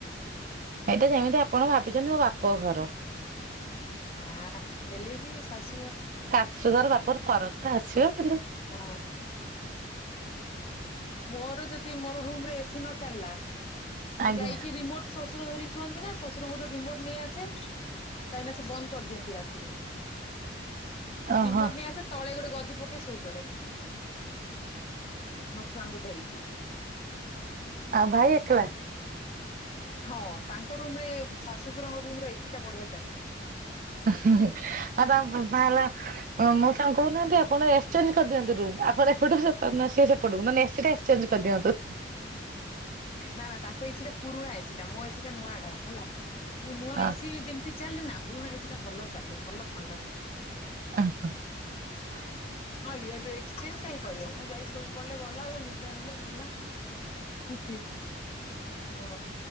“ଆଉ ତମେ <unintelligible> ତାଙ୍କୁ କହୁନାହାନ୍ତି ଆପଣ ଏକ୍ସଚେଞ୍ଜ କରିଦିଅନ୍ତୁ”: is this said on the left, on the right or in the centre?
Right